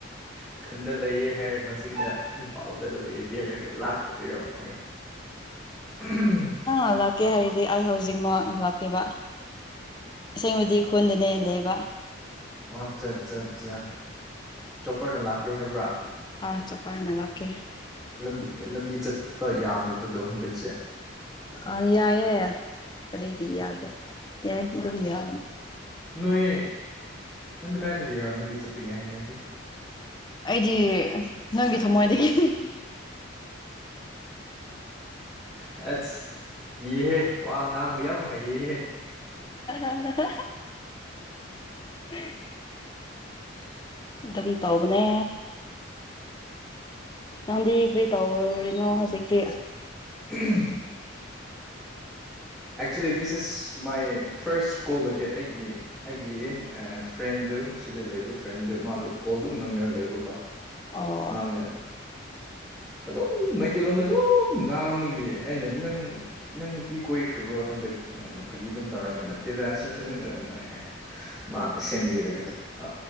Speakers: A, in the centre; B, on the left.
A: ꯎ ꯈꯟꯗ ꯂꯩꯌꯦ ꯍꯥꯏꯔꯒ ꯍꯧꯖꯤꯛꯅ ꯏꯝꯐꯥꯜꯗ ꯂꯩꯔꯗꯤ ꯍꯥꯏꯔꯒ ꯂꯥꯛꯇꯣꯏꯔꯣ ꯍꯥꯏꯌꯦ ꯎ
B: ꯑ ꯂꯥꯛꯀꯦ ꯍꯥꯏꯔꯗꯤ ꯑꯩ ꯍꯧꯖꯤꯛꯃꯛ ꯂꯥꯛꯀꯦꯕ ꯑꯁꯦꯡꯕꯗꯤ ꯈꯣꯟꯗꯅꯦꯅ ꯂꯩꯕ
A: ꯑꯣ ꯑꯠꯆꯥ ꯑꯠꯆꯥ ꯑꯠꯆꯥ ꯆꯣꯞꯄꯔꯅ ꯂꯥꯛꯀꯦ ꯍꯥꯏꯕ꯭ꯔꯥ
B: ꯑꯥ ꯆꯄꯥꯏꯅꯒꯥꯥꯛꯀꯦ
A: ꯂꯝꯕꯤ ꯂꯝꯕꯤ ꯆꯠꯄ ꯌꯥꯗꯕꯗꯣ ꯍꯟꯗꯛꯁꯦ
B: ꯑꯥ ꯌꯥꯏꯑꯦ ꯀꯔꯤꯒꯤ ꯌꯥꯗꯦ ꯌꯥꯏ ꯑꯗꯨꯝ ꯌꯥ
A: ꯅꯣꯏ ꯅꯪ ꯀꯗꯥꯏꯗꯒꯤꯔꯣ ꯂꯝꯕꯤ ꯆꯠꯄ ꯌꯥꯏ ꯍꯥꯏꯔꯗꯤ
B: ꯑꯩꯗꯤ ꯅꯪꯒꯤ ꯊꯃꯣꯏꯗꯒꯤ
A: ꯑꯦ ꯑꯁ ꯌꯦꯍꯦ ꯋꯥ ꯉꯥꯡꯕ ꯌꯥꯝ ꯍꯩꯌꯦꯍꯦ
B: ꯑꯣ ꯎ
A: <inaudible>
B: ꯑꯗꯨꯝ ꯇꯧꯕꯅꯦ ꯅꯪꯗꯦ ꯀꯔꯤ ꯇꯋꯥꯔꯤꯅꯣ ꯍꯧꯖꯤꯛꯇ
A: um actually this is my first ꯀꯣꯜꯒꯤ ꯑꯩꯒꯤ ꯑꯩꯒꯤ ꯐ꯭ꯔꯦꯟꯗꯨ ꯁꯤꯗ ꯂꯩꯕ ꯐ꯭ꯔꯦꯟꯗꯨ ꯃꯥꯗꯣ ꯀꯣꯜꯗꯨ ꯉꯪꯅꯔ ꯂꯩꯕꯀꯣ
B: ꯑꯣ
A: ꯃꯥꯉ ꯑꯗꯨꯝ ꯃꯩꯇꯩꯂꯣꯟꯣꯝꯗ ꯑꯗꯨꯝ ꯉꯥꯡꯃꯒ ꯑꯩꯅ ꯅꯪ ꯅꯪ ꯅꯨꯄꯤ ꯀꯣꯏꯈ꯭ꯔꯕ꯭ꯔꯣ ꯍꯟꯗꯛ ꯐꯥꯒꯤꯗꯨꯝ ꯇꯧꯔꯒ ꯅꯠꯇꯦꯗ ꯑ ꯁꯨꯝ ꯁꯗ ꯑꯗꯨꯝ ꯇ ꯍꯥꯏꯔꯦ ꯃꯥꯅꯦ ꯁꯦꯝꯕꯤꯔꯒ ꯑ